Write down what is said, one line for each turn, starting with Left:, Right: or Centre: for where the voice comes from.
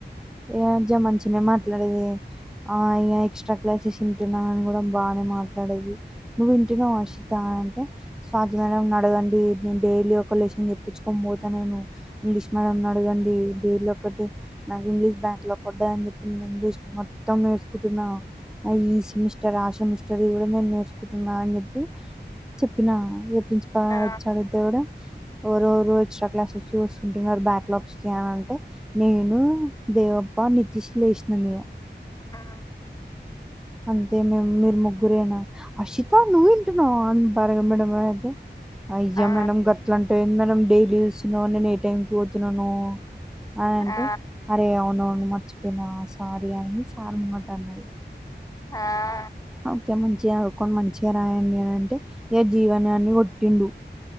Centre: ఏ అజా మంచినే మాట్లాడేది ఆ ఇ ఎక్స్ట్రా క్లాసెస్ తంటున్నా అని కూడా బాగానే మాట్లాడేది నువ్వు ఎట్ను అషిత అంటే స్వాధమన నడగండి నేను డైలీ ఒక లెసన్ చెప్పించుకోనీ పోత నేను ఇంగ్లీష్ మేడంని అడగండి డైలీ ఒక్కటి నాకు ఇంగ్లీష్ బ్యాంక్ లో కొడ్డాయని చెప్పి నేను ఇంగ్లీష్ మొత్తం నేర్చకుంటున్నా ఈ సెమిస్టర్ ఆ సెమిస్టర్ది కూడా నేను నేర్చుకుంటున్నా అని చెప్పి చెప్పినా ఇక ప్రిన్సిపాల్
Left: ఆ
Centre: అచ్చి అడుగుతే కూడా ఎరోరు ఎక్స్ట్రా క్లాసెస్ కి చూస్తుకుంటున్నారు బ్యాక్ లాగ్స్ కి అని అంటే నేను దేవప్ప నితీష్ లేష్నమియ
Left: ఆ
Centre: అంతే మే మీరు ముగ్గురేనా అషితా నువ్వు ఇంటున్నావా ఆన్ బరాయి మేడం అంటే అయ్యా
Left: ఆ
Centre: మేడం గట్ల అంటావేంది మేడం డైలీ చూినా నేను ను పోతున్నను అని అంటే
Left: ఆ
Centre: అరే అవును అవును మర్చి చెప్పిన సారీ అని సార్ ముంగట అన్నది
Left: ఆ
Centre: ఓకే మంచిగా చదుకొని మంచిగా రాయండి అని అంటే ఏ జీవనాన్ని కొట్టిండు